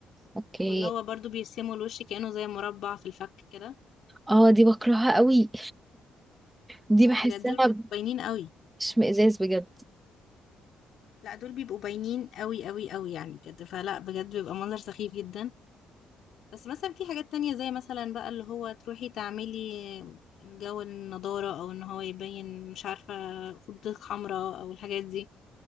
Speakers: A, on the right (about 15°); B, on the left (about 70°).
A: اوكي
B: واللي هو برضو بيرسموا الوش كأنه زي مربع في الفك كده
A: اه دي بكرهها قوي دي
B: لا
A: بحسها
B: بجد دول بيبقوا باينين قوي
A: اشمئزاز بجد
B: لا دول بيبقوا باينين قوي قوي قوي يعني بجد فلا بجد بيبقى منظر سخيف جدا بس مثلا في حاجات تانية زي مثلا بقى اللي هو تروحي تعملي جو النضارة او ان هو يبين مش عارفة خدودك حمراء او الحاجات دي